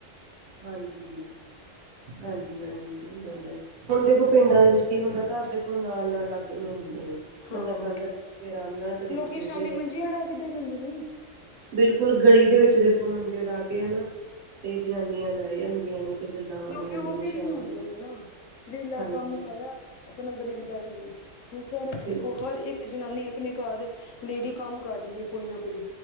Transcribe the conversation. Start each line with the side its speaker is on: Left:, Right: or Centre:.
Right: ਹਾਂਜੀ-ਹਾਂਜੀ-ਹਾਂਜੀ ਸਈ ਗੱਲ ਐ। ਹੁਣ ਦੇਖੋ ਪਿੰਡਾਂ ਦੇ ਵਿੱਚ ਕੀ ਹੁੰਦਾ ਘਰ ਦੇਖੋ ਨਾਲ-ਨਾਲ ਲੱਗ ਮੇ ਹੁੰਦੇ ਨੇ। ਬੰਦਾ
Left: ਹਾਂ,
Right: ਕੰਧ ਢੱਕ ਕੇ ਆਰਾਮ ਨਾਲ ਕਦੇ ਕਿਸੇ
Left: ਲੋਕੀ
Right: ਦੇ
Left: ਸ਼ਾਮੀ
Right: ਘਰੇ ਵੜ,
Left: ਮੰਜੀਆਂ ਡਾ ਕੇ ਬੈ ਜਾਂਦੇ ਨੇ
Right: ਬਿਲਕੁਲ ਗਲੀ ਦੇ ਵਿੱਚ ਦੇਖੋ ਮੰਜੇ ਡਾ ਕੇ ਹਨਾ ਤੇ ਜਨਾਨੀਆਂ ਬੈ ਜਾਂਦੀਆਂ ਨੇ ਤੇ ਗੱਲਾਂ ਮਾਰੀ
Left: ਕਿਉਂਕਿ
Right: ਜਾਂਦੀਆਂ
Left: ਓ
Right: ਨੇ ਸ਼ਾਮ
Left: ਵੇਲੀਆਂ ਹੁੰਦੀਆਂ
Right: ਵੇਲੇ
Left: ਨੇ ਨਾ ਵੇਲਾ
Right: ਹਾਂਜੀ
Left: ਕੰਮ ਮੁਕਾਇਆ
Right: ਹਾਂਜੀ
Left: ਆਪਣਾ ਗਲੀ ਚ ਬੈਠ ਗੀ। ਹੁਣ ਸ਼ੈਰਾ ਚ ਦੇਖੋ
Right: ਬਿਲਕੁਲ
Left: ਹਰ ਇੱਕ ਜਨਾਨੀ ਆਪਣੇ ਘਰ ਲੇਡੀ ਕੰਮ ਕਰ ਰੀ ਐ ਕੋਈ ਨਾ ਕੋਈ